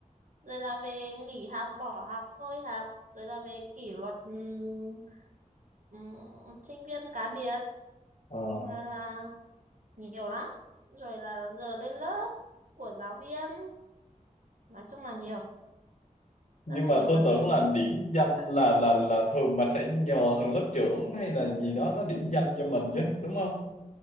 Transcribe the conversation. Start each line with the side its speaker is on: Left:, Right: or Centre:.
Right: rồi là về nghỉ học bỏ học thôi học rồi là về kỷ luật ừm, ừm, sinh viên cá biệt
Left: Ờ.
Right: rồi là nhiều lắm rồi là giờ lên lớp của giáo viên nói chung là nhiều
Left: nhưng
Right: rất là
Left: mà
Right: nhiều
Left: tôi
Right: vấn
Left: tưởng
Right: đề
Left: là
Right: quan
Left: điểm danh
Right: tất cả
Left: là
Right: các
Left: là
Right: vấn đề.
Left: là thường bà sẽ nhờ thằng lớp trưởng hay là gì đó nó điểm danh cho mình chứ đúng không